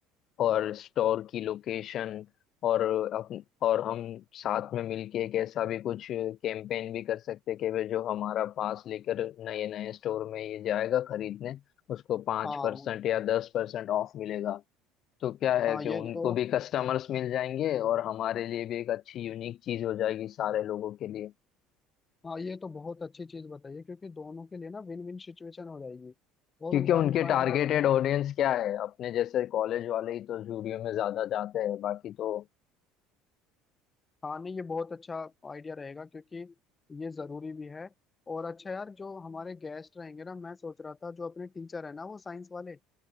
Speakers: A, on the left; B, on the left.
A: और स्टोर की लोकेशन और अपन- और हम साथ में मिलके एक ऐसा भी कुछ कैंपेन भी कर सकते हैं कि वे जो हमारा पास लेकर नए नए स्टोर में ये जाएगा खरीदने उसको पाँच
B: हाँ
A: परसेंट या दस परसेंट ऑफ मिलेगा तो क्या है
B: हाँ
A: कि
B: ये
A: उनको
B: तो
A: भी कस्टमर्स मिल जाएंगे और हमारे लिए भी एक अच्छी यूनिक चीज हो जाएगी सारे लोगों के लिए
B: हाँ ये तो बहुत अच्छी चीज बताइए क्योंकि दोनों के लिए ना विन विन सिचुएशन हो जाएगी और
A: क्योंकि
B: उनका
A: उनके
B: भी फायदा
A: टारगेटेड
B: हो जाएगा
A: ऑडियंस क्या है अपने जैसे कॉलेज वाले ही तो स्टूडियो में ज्यादा जाते हैं बाकी तो
B: हाँ नहीं ये बहुत अच्छा आइडिया रहेगा क्योंकि ये जरूरी भी है और अच्छा यार जो हमारे गेस्ट रहेंगे ना मैं सोच रहा था जो अपने टीचर है ना वो साइंस वाले